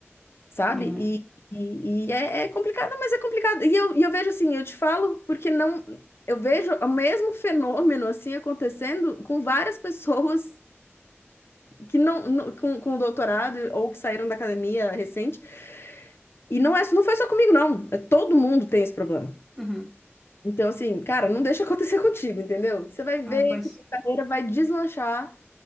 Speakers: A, on the left; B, in the centre.
A: sabe?
B: É.
A: E, e, e é, é complicado, mas é complicado. E eu, e eu vejo assim, eu te falo porque não, eu vejo o mesmo fenômeno assim acontecendo com várias pessoas que não, não- com, com doutorado ou que saíram da academia recente e não é, não foi só comigo, não. É, todo mundo tem esse problema.
B: Uhum.
A: Então, assim, cara, não deixa acontecer <laughs> contigo, entendeu? Você vai
B: Ai,
A: ver
B: pois.
A: que tua carreira vai deslanchar